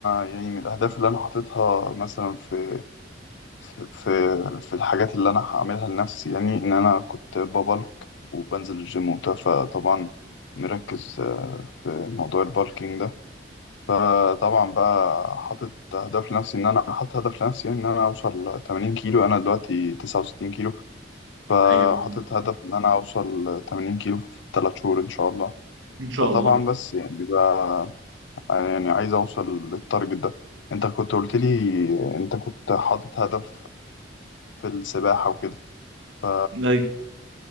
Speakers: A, on the left; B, on the right.
A: يعني من الاهداف اللي انا حاططها مثلا في في في في الحاجات اللي انا هعملها لنفسي يعني ان انا كنت ببلك وبنزل الجيم وبتاع فطبعا مركز آه، في موضوع البالكينج ده فطبعا بقى حاطط هدف لنفسي ان انا حاطط هدف لنفسي ان انا اوصل 80 كيلو انا دلوقتي 69 كيلو فحاطط
B: ايوه
A: هدف ان انا اوصل 80 كيلو في 3 شهور ان شاء الله
B: ان شاء
A: فطبعا
B: الله
A: بس يعني بقى يعني عايز اوصل للتارجت ده انت كنت قلت لي انت كنت حاطط هدف في السباحة وكده ف...
B: أيوة.